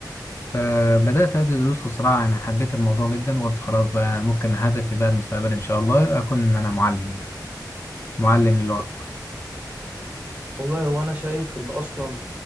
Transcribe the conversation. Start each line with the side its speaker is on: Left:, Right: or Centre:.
Left: فبدات ادي دروس وصراحه يعني حبيت الموضوع جدا وقلت خلاص بقى ممكن هدفي بقى المستقبل ان شاء الله اكون ان انا معلم يعني معلم للغه
Right: والله هو أنا شايف إن أصلا